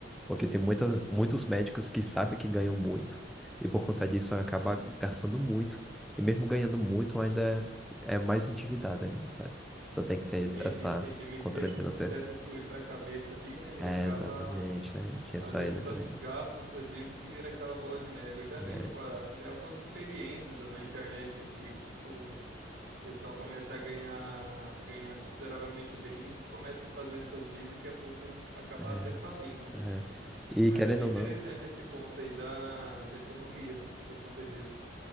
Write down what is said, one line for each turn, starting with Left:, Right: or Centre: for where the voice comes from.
Centre: Porque tem muitas,
Right: Tá, isso.
Centre: muitos médicos que sabem que ganham muito e por conta disso acaba gastando muito. E mesmo ganhando muito, ainda é, é mais endividado ainda, sabe? Então tem que ter esse-
Right: entendi,
Centre: essa
Right: entendi. Meio
Centre: controle
Right: que deixa
Centre: financeiro.
Right: o sucesso subir para a cabeça ali, né?
Centre: É,
Right: E acaba
Centre: exatamente. É, tinha
Right: fazendo
Centre: isso aí na
Right: tantos
Centre: cabeça.
Right: gastos, tantas dívidas, que vira aquela bola de neve. Eu já
Centre: né,
Right: vi, tipo,
Centre: assim,
Right: até algumas experiências na internet em si, que, tipo, O pessoal começa a ganhar, ganhar consideravelmente bem e começa a fazer essas dívidas e daqui a pouco acaba
Centre: É,
Right: até falindo,
Centre: sim. É.
Right: né?
Centre: E
Right: Mas
Centre: querendo
Right: é bem
Centre: ou
Right: interessante
Centre: não,
Right: esse ponto aí da, da economia por conta disso.